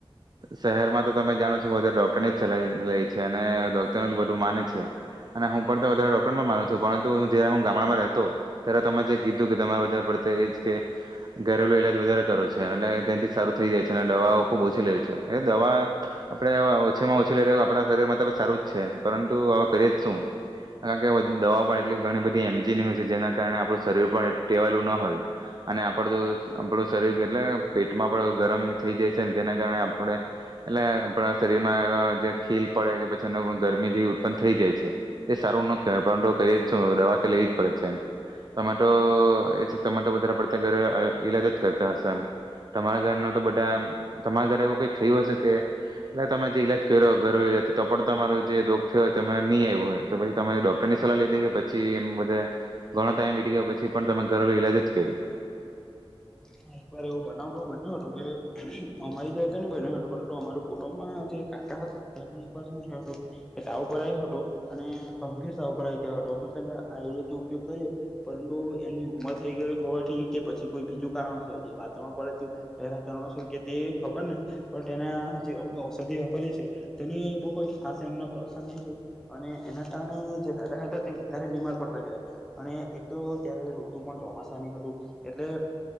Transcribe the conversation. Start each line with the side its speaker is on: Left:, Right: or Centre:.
Right: શહેરમાં તો તમે જાણો છો કે વધારે ડૉક્ટરની જ સલા લે છે અને ડોક્ટરનું જ બધું માને છે અને હું પણ તો વધારે ડૉક્ટરમાં માનું છું પરંતુ જ્યારે હું ગામડામાં રહેતો ત્યારે તમે જે કીધું કે તમારે વધારે પડત એ જ કે ઘરેલુ ઈલાજ વધારે કરો છે અનેટ ત્યાંથી સારું થઈ જાય છે અને દવાઓ ખૂબ ઓછી લે છેું એ દવા આપણે ઓછીમાં ઓછી લઈએ તો આપણા શરીરમાં ત સારું જ છે પરંતુ હવે કરીએ જ શું કારણ કે દવાઓ પણ એટલી ઘણી બધી એમજીની હોય છે જેના કારણે આપણું શરીર પણ એટલું ટેવાયેલું ન હોય અને આપણું આપણું શરીર એટલે પેટમાં પણ ગરમ થઈ જાય છે જેના કારણે આપણે એટલે આપણા શરીરમાં એ જે ખીલ પડે કે પછી એ ગરમી જેવી ઉત્પન્ન થઈ જાય છે તે સારું ન કહેવાય પરુ ઘ શું દવા તો લેવી જ પડે છે એમ તમામેટો એ તમાટો વધારે પડતા ઘરે ઈલાજ જ કરતા હશે એમ તમારા ઘરના તો બધા તમારા ઘરે એવું કઈ થયું હશે કે એટ તમે જે ઈલાજ કર્યો ઘરેલુથી તો પણ તમારો જે રોગ થયોય તમે નહી આવ્યો હોય તો પછી તમારી ડોક્ટર ની સલાહ લઈ દે કે પછી એ બધ ઘણો ટાઈમ બીતી ગયો પછી પણ તમે ઘરેલુ ઈલાજ જ કર્યું.
Centre: હા એકવાર એવો બનાવ તો બન્યો હતો કે અમારી તો તો નઈ બન્યો હતો પરંતુ અમાર કુટુંબમાં જે કાટ હતા તેમને એક વાર શું થયોું કે તાવ ઉપર આવ હતોું અને ગંભીરતા ઉપર આવી ગયો હતો અમે પેલા આયુર્વેદ નો ઉપયોગ કર્યો પરંતુ એમની ઉંમર થઈ ગઈ હોવાથી કે પછી કોઈ બીજું વાતાવરણ પડેું તેના કારણોસ કે તે ખબર નહ પણ તેના જે ઔષધિ વાપરી છે તેને બ કોઈ આ પર અસર નહી છે અને એના કારણે જે દાદા હતા તે વધારે બીમાર પડતા ગયા અને એક તો ત્યારે ઋતુ પણ ચોમાસાની હતું એટલે